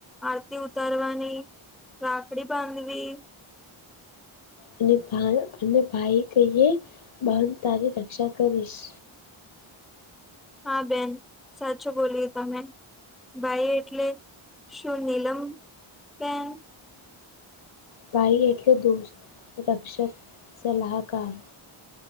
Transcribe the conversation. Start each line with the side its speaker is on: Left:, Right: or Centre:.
Centre: આરતી ઉતારવાની રાખડી બાંધવી
Left: અને અને ભાઈ કહીએ બેન તારી રક્ષા કરીશ.
Centre: હા બેન સાચું બોલ્યુ તમે. ભાઈ એટલે શું નીલમ પેન
Left: ભાઈ એટલે દોસ્ત, રક્ષક, સલાહકાર.